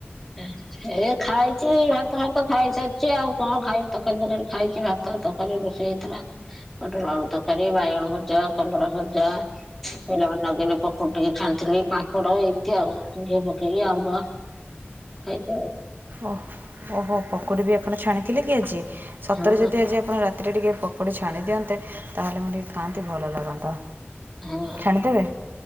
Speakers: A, in the centre; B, on the right (about 55°).
A: ଏ ଖାଇଛି ଭାତ ଭାତ ଖାଇସାରିଛି। ଆଉ କଣ ଖାଇବି? ତରକାରୀ ପକାରୀ ଖାଇଛି ଭା ତରକାରୀ ରୋଷେଇ ହେଇଥିଲା। ପୋଟଳ ଆଳୁ ତରକାରୀ ବାଇଗଣ ଭଜା କଲରା ଭଜା। ପିଲାମାନେ ନଗେଇଲେ ପକୁଡି ଟିକି ଛାଣିଥିଲି। ପାମ୍ପଡ ଏମିତି ଆଉ। ଘିଅ ପକେଇକି ଆମ୍ବ। ଖାଇଛ।
B: ଓହୋ ଓହୋ ପକୁଡି ବି ଆପଣ ଛାଣିଥିଲେ କି ଆଜି। ସତରେ
A: ହଁ
B: ଯଦି ଆଜି ଆପଣ ରାତିରେ ଟିକି ପକୋଡି ଛାଣି ଦିଅନ୍ତେ। ତାହେଲେ ମୁଁ ଟିକି ଖାଆନ୍ତି ଭଲ ଲାଗନ୍ତା।
A: ହଁ।
B: ଛାଣିଦେବେ।